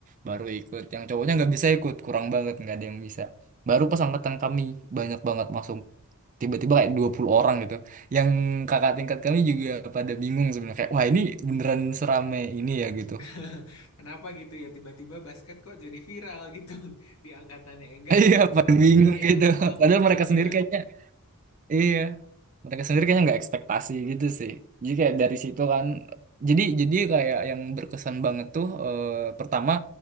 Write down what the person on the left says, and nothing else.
<laughs> kenapa gitu ya? Tiba-tiba basket kok jadi viral gitu <laughs> di angkatannya Enggar.
Tiba-tiba
banyak yang
mau
ikut
ya.